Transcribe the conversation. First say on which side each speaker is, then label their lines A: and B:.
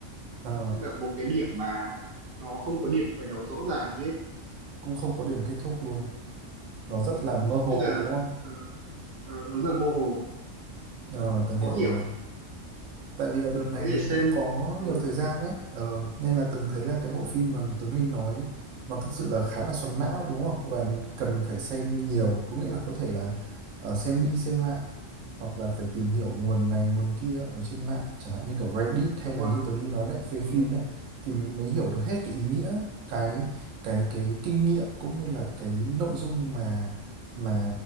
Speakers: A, on the right; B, on the right.
A: ờ
B: tức là một cái điểm mà nó không có điểm khởi đầu rõ ràng như hết
A: cũng không có điểm kết thúc luôn nó rất
B: ừ.
A: là mơ hồ
B: tức là
A: đúng không
B: ừ, ờ, nó rất là mơ hồ
A: ờ từng
B: khó
A: hiểu
B: hiểu
A: rồi tại vì là đợt này
B: thế thì
A: từng
B: xem
A: cũng có
B: ừ,
A: nhiều thời gian đấy ờ nên là từng thấy là cái bộ phim mà Tuấn Huy nói nó thực sự là khá là xoắn não đúng không và cần phải xem nhiều có nghĩa
B: đúng,
A: là có thể là ờ, xem đi xem lại hoặc là phải tìm hiểu nguồn này nguồn kia ở trên mạng chẳng hạn như kiểu Reddit hay
B: đúng
A: là
B: rồi
A: như Tuấn Huy nói đấy phê
B: ừ,
A: phim đấy thì mình mới hiểu được hết cái
B: ừ,
A: ý nghĩa cái cái cái kinh nghiệm cũng như là cái nội dung mà mà